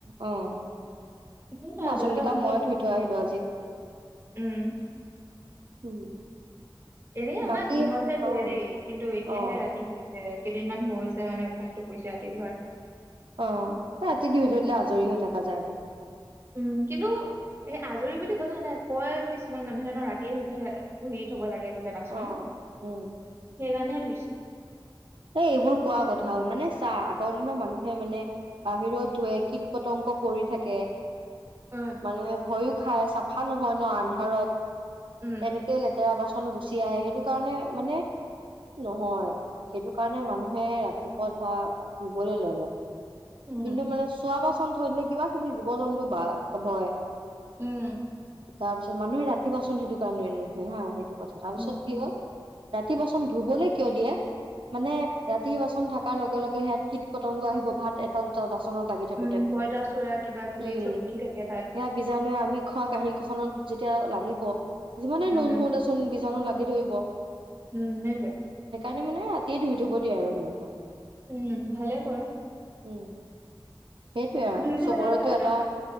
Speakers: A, on the right; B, on the right.
A: আহ
B: সেয়া
A: বাচন
B: দেউতা
A: কেইটা
B: আছে
A: মই
B: এনেই
A: ধুই থৈ আহিলো আজি।
B: উম,
A: উম
B: এনেই আমাৰ
A: বাকী
B: দিনতহে
A: অ',
B: ধুৱে দেই কিন্তু এতিয়াহে
A: অ',
B: ৰাতি ধইছে কেইদিনমান হৈ হৈছে মানে অভ্যাসটো কৰিছে ৰাতি ধৰা
A: অ ৰাতিটোৰ ভিতৰলৈ আজৰি হৈ থকা যায় দে।
B: উম কিন্তু সেই আজৰি বুলি কথা নাই কয় কিছুমান মানুহে ন ৰাতিয়ে ধুব ধুই থব লাগে বাচন
A: অ',
B: সেইকাৰণে
A: উম,
B: হে। ধুইচো,
A: ত এইবোৰ কোৱা কথা হ'ল মানে চা আগৰ দিনৰ মানুহে মানে বাহিৰত ধুৱে‌ কীট পতংগ পৰি থাকে
B: উম,
A: মানুহে ভয়ো খাই চাপ আন্ধাৰত নহয় ন আন্ধাৰত
B: উম।
A: তেনেকে লেতেৰা বাচন গুচি চি আহে সেইটো কাৰণে মানে নহয় সেইটো কাৰণে মানুহে ৰাতিপুৱা ধোৱা ধুবলৈ লৈ যায়।
B: উম।
A: কিন্তু মানে চোৱা বাচন থই দিলে কিবা কিবি জীৱ জন্তু বা হয়
B: উম
A: তাৰ পিছত মানুহে ৰাতি বাচন সেইটো কাৰণে নধুয়ে হা সেইটো কথা তাৰ পিছত
B: উম
A: কি হ ৰাতি বাচন ধুবলৈ কিয় দিয়ে? মানে ৰাতি বাচন থাককাৰ লগে লগে সেয়াত কীট পতংগ আহিব ভাত এটা দুটা লাগি থাকোতে
B: উম পঁইতাচোৰা কিবা কিবি
A: উম
B: চব উঠি থাকে তাত
A: সেয়া বিজাণুৱে আমি খোৱা কাহী কখনত, এতিয়া লাগিব। যিমানেই
B: উম
A: নুশো দে চোন বীজাণু লাগি ধৰিব।
B: উম সেইটোৱেই।
A: মে মানে ৰাতিয়ে ধুই থব দিয়ে আৰু মানুহে
B: উম ভালে কৰে।
A: উম। সেইটোৱে আৰু
B: পৃথিৱীতো
A: চবৰেতো
B: সেইটোৱে ভাল
A: এটা।
B: আৰু